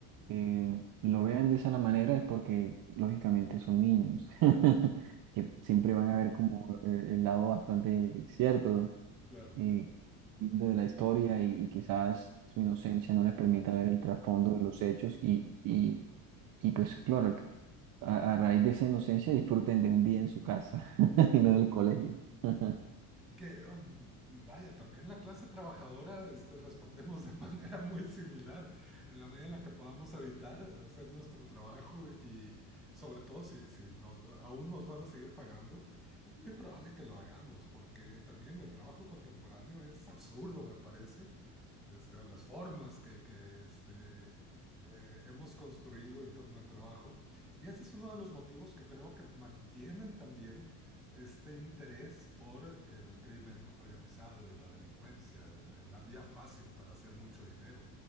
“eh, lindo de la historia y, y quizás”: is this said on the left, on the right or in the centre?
Right